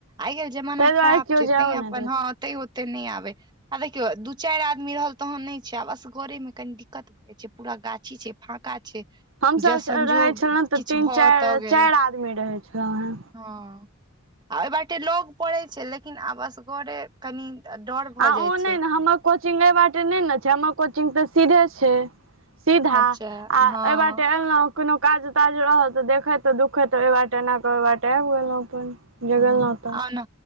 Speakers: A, on the right; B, on the right.
A: आइ काल जमाना
B: ताहि दुआरे
A: खराब
B: केओ
A: छै
B: जायओ
A: तें अपन
B: नहि देत
A: हाथ ते ओते नहि आबे आ देखियौ दू चारि आदमी रहल तहन नहि आ बसगरे मऽ कनी दिक्कत भऽ जाइ छै पूरा गाछी छै फका छै
B: हमसभ
A: जँ संजोग
B: रहैत छलहुँ तऽ
A: किछु
B: तीन
A: भऽ
B: चारि
A: तऽ गेल
B: चारि आदमी रहै छलहुँ हे
A: हँ आ ओहि बाटे लग पड़ै छै लेकिन आब‌ असगरे कनी डर भऽ
B: आ
A: जाय
B: ओ नहि
A: छै
B: ने हमर कोचिंग एह बाटे नहि नऽ छै हमर कोचिंग तऽ सीधे छै सीधा
A: अच्छा
B: आ एहि
A: हँ
B: बाटे एलहुँ कोनो काज ताज रहल तऽ देखैत दुःखैत एहि बाटे एनाकऽ ओहि बाटे आबि गेलहुँ अपन जे
A: हां
B: गेलहुँ तऽ
A: औ नऽ